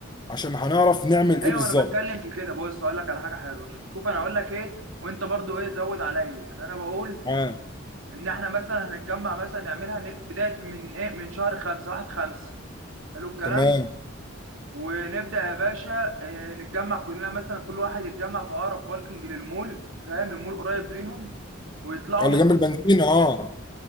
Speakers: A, on the left; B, on the right.
A: عشان هنعرف نعمل ايه
B: ايوه
A: بالظبط
B: انا بتكلم في كده بص هقول لك على حاجه حلوه شوف شوف انا هقول لك ايه وانت برضو ايه زود عليا يعني انا بقول
A: اه
B: ان احنا مثلا هنتجمع مثلا نعملها ن- بدايه من ايه من شهر خمسة واحد خمسة حلو الكلام
A: تمام
B: ونبدأ يا باشا آه، نتجمع كلنا مثلا كل واحد يتجمع في أقرب باركنج للمول فاهم لمول قريب ليهم ويطلعوا
A: اه اللي
B: من
A: جنب
B: هناك
A: البنزينة اه